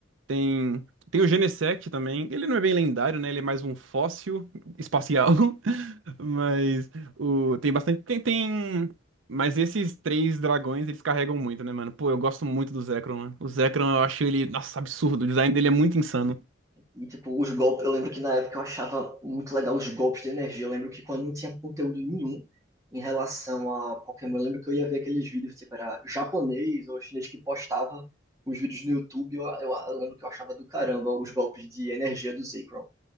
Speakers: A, on the right; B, on the right.
A: Tem, tem o Genesect também. Ele não é bem lendário, né? Ele é mais um fóssil espacial. <laughs> Mas o, tem bastante. Tem, tem. Mas esses três dragões, eles carregam muito, né, mano? Pô, eu gosto muito do Zekrom, né? O Zekrom, eu acho ele. Nossa, absurdo. O design dele é muito insano.
B: E, tipo, os golpes. Eu lembro que na época eu achava muito legal os golpes de energia. Eu lembro que quando não tinha conteúdo nenhum em relação a Pokémon, eu lembro que eu ia ver aqueles vídeos, tipo, era japonês ou chinês que postava os vídeos no YouTube. Eu, eu- eu lembro que eu achava do caramba os golpes de energia do Zekrom.